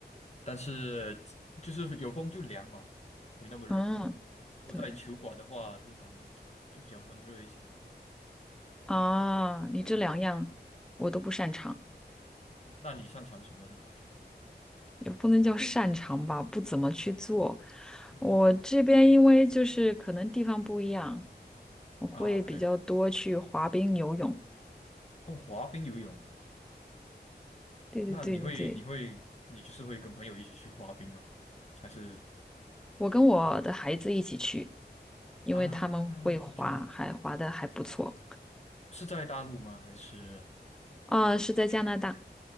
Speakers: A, on the left; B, in the centre.
A: 但是就是有风就凉嘛，没那么热。
B: 嗯，
A: 如果在球馆的话，
B: 对
A: 通常就比较闷热一些。
B: 啊，你这两样
A: 对，
B: 我都不擅长，
A: 那你擅长什么呢？
B: 也不能叫擅长吧，不怎么去做。我这边因为就是可能地方不一样，
A: <laughs> 嗯
B: 我会比较多去滑冰、
A: 啊，OK，
B: 游泳。
A: 哦，滑冰、游泳。
B: 对对对对对，
A: 那你会你会你就是会跟朋友一起去滑冰吗？还是？
B: 我跟我的孩子一起去，因为他们会滑，
A: 啊，OK，
B: 还滑的还不错
A: 是在大陆吗？还是
B: 啊，是在加拿大